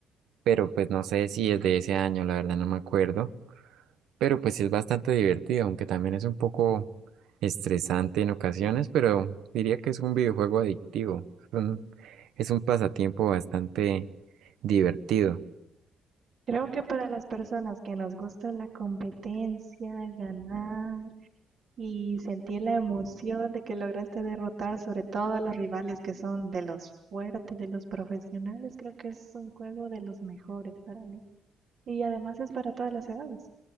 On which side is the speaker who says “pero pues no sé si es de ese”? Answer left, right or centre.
Right